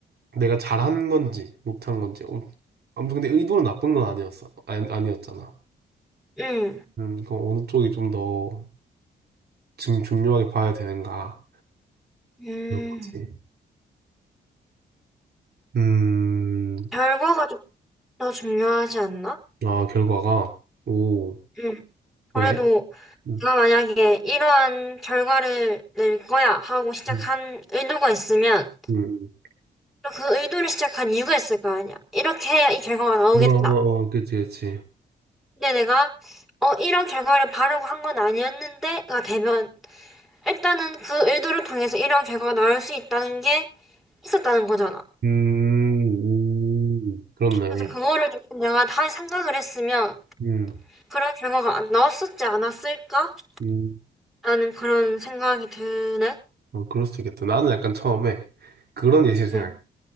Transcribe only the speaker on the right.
내가 잘한 건지 못한 건지. 어, 아무튼 근데 의도는 나쁜 건 아니었어. 아니, 아니었잖아.
음, 그럼 어느 쪽이 좀 더 지금 중요하게 봐야 되는가.
그런 거지. 음,
아, 결과가. 오,
왜? 음,
음,
음.
어, 어, 어, 그치, 그치.
음, 음, 그렇네.
음,
음,
어, 그럴 수도 있겠다. 나는 약간 처음에 그런 예시를 생각해.